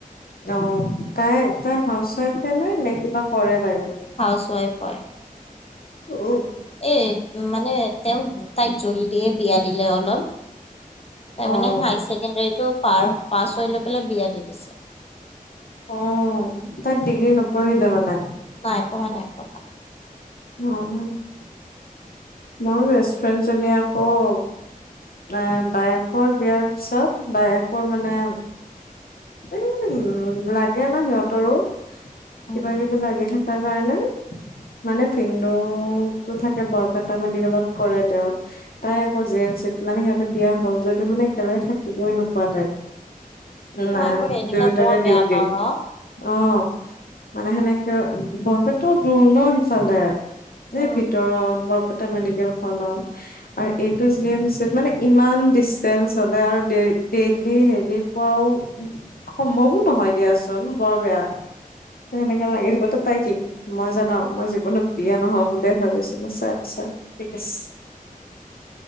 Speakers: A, on the left; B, on the left.
A: অ'! তাই, তাই হাউচ ৱাইফে নে কিবা কৰে তাইও?
B: হাউচ ৱাইফ হয়।
A: ঔ!
B: এই, মানে তেওঁক, তাইক জল্দিয়ে বিয়া দিলে, অলপ। তাৰমানে,
A: অ',
B: হাই ছেকেণ্ডাৰীটো পাৰ, পাছ হৈ লৈ পেলাই বিয়া দি দিছে।
A: অ'! তাই ডিগ্ৰী নপঢ়িলে মানে?
B: নাই পঢ়া, নাই পঢ়া।
A: অ'! মোৰ বেষ্ট ফ্ৰেণ্ড জনীয়ে আকৌ, অ'! বায়েকৰ বিয়াৰ পিছত, বায়েকৰ মানে, এ, উম! লাগে ন' সিহঁতৰো।
B: উম
A: কিবা-কিবি
B: উম।
A: লাগি থাকে। তাৰ কাৰণে। মানে, ভিনদৌ ত' থাকে, বৰপেটা মেডিকেলত কৰে তেওঁ। তাই আকৌ, জে এম চিত। মানে, সিহঁতে বিয়া হ'ল যদিও মানে, একেলগে থাকিবই নোপোৱা টাইপ। না,
B: মই আকৌ সেনেকা
A: দুইটাৰে
B: বৰ বেয়া
A: ডিউটি।
B: পাওঁ অ
A: অ'! মানে সেনেকে, বৰপেটাও দূৰ ন' সিফালে।
B: উম
A: এই ভিতৰত, বৰপেটা মেডিকেল খনত। আৰু এইটো জিমচ মানে ইমান ডিষ্টেঞ্চ হলে আৰু ডেৰ ডেইলি হেৰি পোৱাও সম্ভৱো নহয় দিয়াচোন। বৰ বেয়া হে সেনেকা
B: উম
A: লাগি <unintelligible> তাই কি কয়? মই জান' মই জীৱনত বিয়া নহ বুলিয়ে ভাবিছো। <unintelligible> ঠিক আছ।